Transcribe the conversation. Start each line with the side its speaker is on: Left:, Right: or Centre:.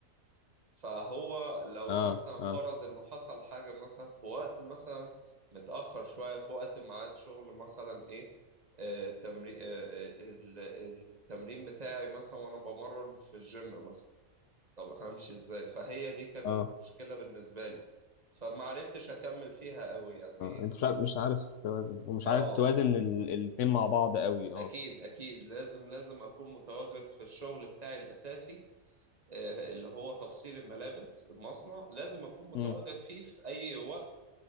Right: فهو لو
Left: أه
Right: مثلا فرض
Left: أه
Right: انه حصل حاجه مثلا في وقت مثلا متاخر شويه في وقت ميعاد شغل مثلا ايه التمرين التمرين بتاعي مثلا وانا بمرن في الجيم مثلا طب همشي ازاي فهي دي كانت
Left: أه
Right: المشكله بالنسبه لي فما عرفتش اكمل فيها قوي يعني
Left: أه أنت مش عارف مش عارف توازن ومش
Right: اه
Left: عارف توازن ال- الاتنين مع بعض قوي أه
Right: أكيد أكيد لازم لازم أكون متواجد في الشغل بتاعي الأساسي آه، اللي هو تفصيل الملابس المصنع لازم أكون متواجد
Left: أمم.
Right: فيه في أي وقت